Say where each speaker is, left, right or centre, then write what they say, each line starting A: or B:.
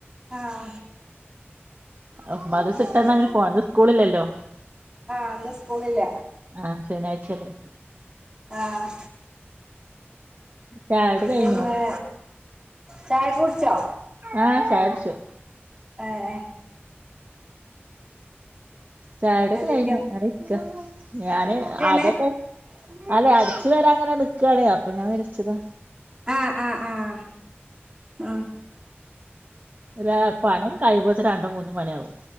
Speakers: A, on the right; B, on the right.
A: ആഹ്
B: അഹ് മദ്റസ്ട്ടെന്നാ
A: ആഹ് ശരി
B: പിന്നെ ഫോന് ഇത് സ്കൂളില്ലല്ലോ.
A: ആഹ് ഇന്ന് സ്കൂളില്ല?
B: ആ ശനിയാഴ്ചല്ലേ
A: ആഹ്
B: ചായുടി കഴിഞ്ഞോ
A: പിന്നെ ചായക്കുടിച്ചോ?
B: ആഹ് ചായുട്ച്ചു.
A: ഏഹ്എ
B: ചായുടിയൊക്കെ
A: എന്തൊക്കെയാ
B: കഴിഞ്ഞു. അങ്ങനിരിക്ക, ഞാന്
A: ഏനെ
B: അകഒക്കെ അല്ലെ അടിച്ചു വരാങ്ങനെ നിക്കാണ് അപ്പൊ ഞാൻ വിള്ച്ചതാ.
A: ആഹ് ആഹ് ആഹ് ഉം
B: ഒരാ പണിൺ കഴിയുമ്പോത്തിന് രണ്ട് മൂന്ന് മണിയാവും.